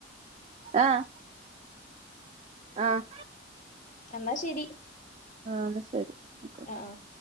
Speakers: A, on the right; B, on the left.
A: ആഹ് ആഹ്
B: എന്നാ ശരി
A: എന്നാ ശരി ആയിക്കോട്ടെ
B: ആഹ് ആഹ്